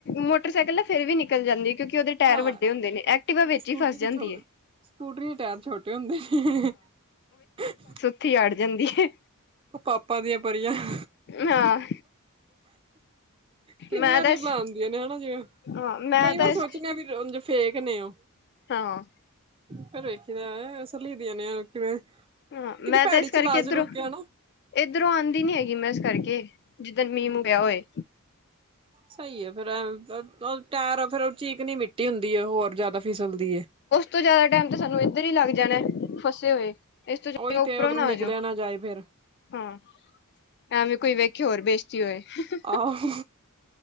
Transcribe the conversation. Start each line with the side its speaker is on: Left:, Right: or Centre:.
Left: ਮੋਟਰਸਾਈਕਲ ਨਾ ਫੇਰ ਵੀ ਨਿਕਲ ਜਾਂਦੀ ਕਿਉਂਕਿ ਕਿ ਉਹਦੇ ਟਾਇਰ
Right: ਹਾਂ
Left: ਵੱਡੇ ਹੁੰਦੇ ਨੇ ਐਕਟਿਵਾ
Right: ਇਹਦੇ
Left: ਵਿੱਚ
Right: ਸਕੂਟਰੀ
Left: ਹੀ ਫਸ
Right: ਦੇ
Left: ਜਾਂਦੀ
Right: ਛੋ
Left: ਹੈ।
Right: ਸਕੂਟਰੀ ਦੇ ਟਾਇਰ ਛੋਟੇ ਹੁੰਦੇ। <inaudible>
Left: ਉੱਥੀ ਅੜ ਜਾਂਦੀ ਹੈ।
Right: ਉਹ ਪਾਪਾ ਦੀਆਂ ਪਰੀਆਂ <inaudible>
Left: ਹਾਂ
Right: ਕਿੰਨੀਆਂ
Left: ਮੈਂ ਤਾਂ
Right: ਰੀਲਾਂ
Left: ਇਸ
Right: ਆਉਂਦੀਆਂ ਨੇ ਹਨਾ ਜਿਵੇ
Left: ਹਾਂ ਮੈਂ
Right: ਕਈ
Left: ਤਾਂ
Right: ਵਾਰ
Left: ਇਸ
Right: ਸੋਚਣੇ ਆ ਵੀ ਫੇਕ ਨੇ ਉਹ
Left: ਹਾਂ
Right: ਫਿਰ ਵੇਖੀ ਦਾ ਅਸਲੀ ਦੀਆਂ ਨੇ ਕਿਵੇਂ
Left: ਹਾਂ
Right: ਕਿਦੀ
Left: ਮੈਂ
Right: ਭੈੜੀ
Left: ਤਾਂ ਇਸ
Right: ਚਲਾ
Left: ਕਰਕੇ ਇੱਧਰੋਂ
Right: ਚਲੂ ਕ ਹਨਾ।
Left: ਇੱਧਰੋਂ ਆਉਂਦੀ ਨੀ ਹੈਗੀ ਮੈਂ ਇਸ ਕਰਕੇ ਜਿੱਧਰ ਮੀਹ
Right: ਹਮ
Left: ਮੂ ਪਿਆ ਹੋਏ।
Right: ਸਹੀ ਹੈ ਫਿਰ ਟਾਇਰ ਫਰ ਚੀਕਨੀ ਮਿੱਟੀ ਹੁੰਦੀ ਹੈ ਹੋਰ ਜਿਆਦਾ ਫਿਸਲਦੀ ਏ।
Left: ਤੋ ਜ਼ਿਆਦਾ ਟਾਈਮ ਤਾਂ ਸਾਨੂੰ ਇੱਧਰ ਹੀ ਲੱਗ ਜਾਣਾ ਫਸੇ ਹੋਏ। ਇਸ ਤੋਂ ਚੰਗਾ
Right: ਉਹੀ
Left: ਉੱਪਰੋਂ
Right: ਤੇ ਉਧਰੋਂ
Left: ਨਾ
Right: ਨਿਕਲਿਆ
Left: ਆ ਜਾਓ
Right: ਜਾਏ ਫੇਰ
Left: ਹਾਂ ਐਵੇਂ ਕੋਈ ਵੇਖੇ ਹੋਰ ਬੇ <unintelligible>
Right: ਆਹੋ,